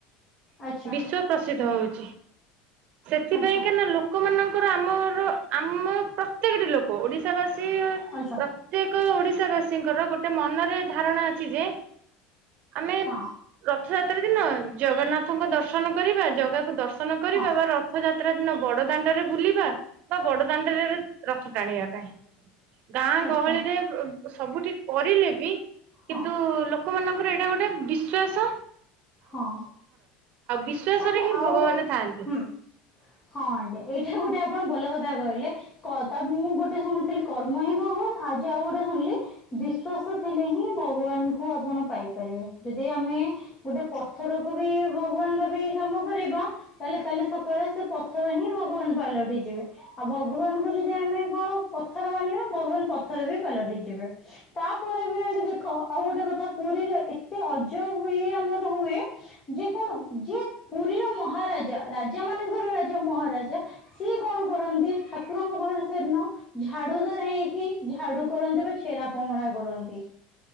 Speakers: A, on the left; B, on the right.
A: ଆଚ୍ଛା
B: ବିଶ୍ୱ ପ୍ରସ ଦ୍ଧ ହଉଚି ସେଥିପାଇଁ
A: ଆଚ୍ଛା
B: କେନା ଲୋକମାନଙ୍କ ଧର ଆମର ଆମ ପ ପ୍ରତେକେ ଟି ଲୋକ ଓଡିଶାବାସ ବାସି
A: ଆଚ୍ଛା
B: ପ୍ରତ୍ୟେକ ଓଡ଼ିଶ ଶା ବାସୀଙ୍କର ଗୋଟେ ମନରେ ଧାରଣା ଅଛି ଯେ ଆମେ
A: ହଁ
B: ପ୍ର ରଥଯାତ୍ରା ଦିନ ଜଗନ୍ନାଥଙ୍କ ଦର୍ଶନ କରିବା ଜଗା ଦର୍ଶନ କରିବା
A: ହଁ
B: ବା ରଥଯାତ୍ରା ଦିନ ବଡ ଦାଣ୍ଡରେ ବୁଲିବା ବା ବଡ ଦାଣ୍ଡରେ ରଥ ଟାଣିବା ପାଇଁ। ଗାଁ
A: ଆଚ୍ଛା
B: ଗହଳିରେ ସବୁଠି କରିଲେ ବି
A: ହଁ
B: କିନ୍ତୁ ଲୋକମାନଙ୍କ ପରେ ଏଇଟା ଗୋଟେ ବିଶ୍ୱାସ
A: ହଁ
B: ବିଶ୍ଵାସରେ
A: ତାପରେ
B: ହିଁ
A: ଆଉ
B: ଭଗବାନ
A: ହୁଁ
B: ଥାଆନ୍ତି
A: ହଁ ଆଣ୍ଟି ଏଇଠାରେ ଗୋଟେ ଆପଣ ଭଲ କଥା କଥା କହିଲେ ତା ମୁଁ ଗୋଟେ ଶୁଣିଥିଲି କର୍ମ ହିଁ ଭଗବାନ ଆଜି ଆଉ ଗୋଟେ ଶୁଣିଲି ବିଶ୍ଵାସ ଥିଲେ ହିଁ ଭଗବାନ କୁ ଆପଣ ପାଇପାରିବେ ଯଦି ଆମେ ଗୋଟେ ପଥରକୁ ବି ଭଗବାନ ଭାବି କାମ କରିବା ତାହେଲେ କାଲି ସକାଳେ ସେ ପଥର ହିଁ ଭଗବାନ ପାଲଟିଇ ଯିବେ ଆଉ ଭଗବାନଙ୍କୁ ଯଦି ଆମେ କଣ ପଥର ମାନିବା ଭଗବାନ ପଥର ବି ପାଲଟିଇ ଯିବେ। ତାପରେ ବି ଆଣ୍ଟି ଦେଖ ଆଉ ଗୋଟେ କଥା ପୁରୀରେ ଏତେ ଅଜବ ହୁଏ ଆମର ହୁଏ ଯେ କଣ ଯିଏ ପୁରୀର ମହାରାଜା ରାଜା ମାନଙ୍କର ରାଜା ମହାରାଜା ସିଏ କଣ କରନ୍ତି ଠାକୁରଙ୍କ ପାଖରେ ସେଦିନ ଝାଡୁ ଦାର ହେଇକି ଝାଡୁ କରନ୍ତି ବା ଛେରା ପହଁରା କରନ୍ତି।